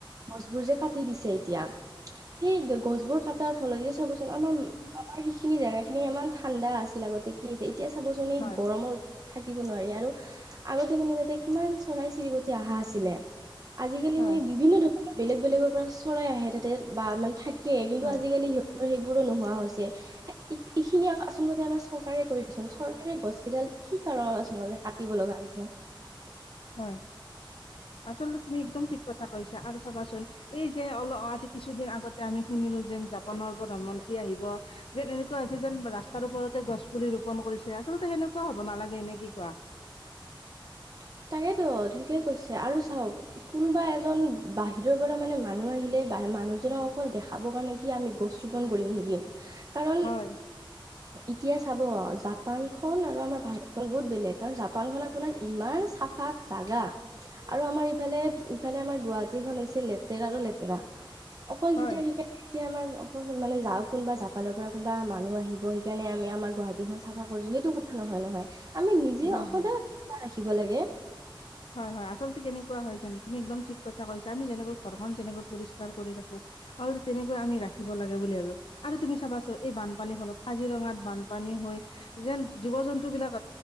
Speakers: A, on the right; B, on the left.
A: গছবোৰ যে কাটি দিছে এতিয়া। সেই গছবোৰ কটাৰ ফলত এতিয়া চাবচোন আমাৰ আমাৰ সেইখিনি জেগা খিনি ইমান ঠাণ্ডা আছিল লগতে কি আছে এতিয়া চাবচোন এই
B: হয়
A: গৰমত থাকিব নোৱাৰি আৰু আগতে মানে তাতে কিমান চৰাই চিৰিকটি অহা আছিলে, আজিকালি
B: হয়
A: মানে বিভিন্ন ধৰণ বেলেগ বেলেগৰ পৰা চৰাই আহে তাতে বা মানে থাকে কিন্তু
B: হয়
A: আজিকালি সিহঁত সেইবোৰো নোহোৱা হৈছে, এইখিনি আচলতে আমাৰ চৰকাৰে কৰি দিচোন চৰকাৰে গছ কেইডাল কি কাৰণ <unintelligible> যে কাটিব লগা হৈছে।
B: হয়। আচলতে তুমি একদম ঠিক কথা কৈছা আৰু চাবাচোন এই যে অলপ আজি কিছুদিন আগতে আমি শুনিলোঁ যেন জাপানৰ প্ৰধানমন্ত্ৰী আহিব যেন এনেকুৱা হৈছে যেন ৰাস্তাৰ ওপৰতে গছ পুলি ৰোপন কৰিছে। আচলতে সেনেকুৱা হ'ব নালাগে এনে কি কোৱা।
A: <inaudible> এইটো ঠিকে কৈছে আৰু চাওঁক কোনোবা এজন বাহিৰৰ পৰা মানে মানুহ আহিলে বা মান মানুহজনক অকল দেখাব কাৰণে কি আমি গছ ৰুপোন কৰিম নেকি। কাৰণ,
B: হয়
A: এতিয়া চাব জাপানখন আৰু আমাৰ ভাৰত খন বহুত বেলেগ কাৰণ জাপানখন আপোনাৰ ইমান চাফা জাগা আৰু আমাৰ ইফালে ইফালে আমাৰ গুৱাহাটীখন হৈছে লেতেৰা লেতেৰা অকল <unintelligible>
B: হয়
A: এতিয়া আমাৰ অকল মানে যাওঁ কোনোবা জাপানৰ পৰা কোনোবা মানুহ আহিব সেইকাৰণে আমি আমাৰ গুৱাহাটীখন চাফা কৰিছোঁ। সেইটো কথা নহয় নহয় আমি নিজেও
B: হয়
A: সদায়
B: হয়
A: <inaudible> ৰাখিব লাগে।
B: হয় হয় আচলতে কেনেকুৱা হয় জানো তুমি একদম ঠিক কথা কৈছা আমি যেনেকৈ ঘৰখন যেনেকৈ পৰিষ্কাৰ কৰি ৰাখোঁ। আৰু তেনেকৈ আমি ৰাখিব লাগে বুলি ভাবি আৰু তুমি চাবাচোন এই বানপানীৰ ফলত কাজিৰঙাত বানপানী <unintelligible> যেন জীৱ জন্তুবিলাক